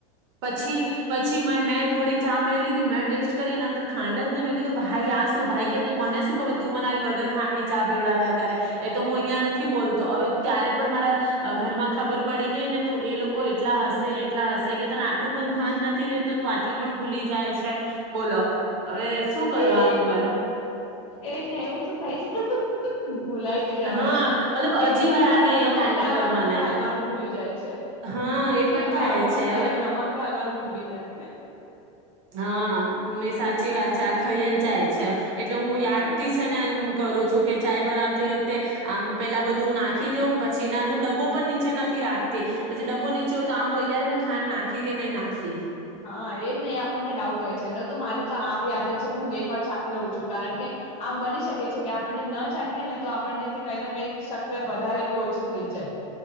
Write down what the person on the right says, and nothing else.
પછી પછી મે મેં થોડીક ચા મે લીદિ મેં ટેસ્ટ કરી એના અંદર ખાડ ને મેં કીધું ભાઈ આ શું ભાઈ કે તુ મને શું ખબર કે તું મને આવી વગર ખાંડ ની ચા પીવડાવ્યા. કરે એ તો હું અહિયાં નથી બોલ તો હવે ત્યારે પણ મારા અ ઘરમાં ખબર પડી ગઈ ને તો એ લોકો એટલા હસે એટલા હસે કે તને આટલું પણ ભાન નથી રહેતું તું આટલી પણ ભૂલી જાય છે બોલો. હવે શું કરવાનું
પર
હા
મતલબ
અજીબ
લાગે
એ ટાઈમ
પર મને
હા
એ પણ
છે
હવે
હા નહી સાચી વાત છે આ થઈ જ જાય છે. એટલે હું યાદ
છે ને કરું છું કે ચાય બનાવતી વખતે આમ પેલા બધું નાખી દેવ પછી હું ડબ્બો પણ નીચે નથી રાખતી પછી ડબ્બો નીચે હો તો આમ હોય ક્યારે મેં ખાંડ નાખી કે નહી નાખી.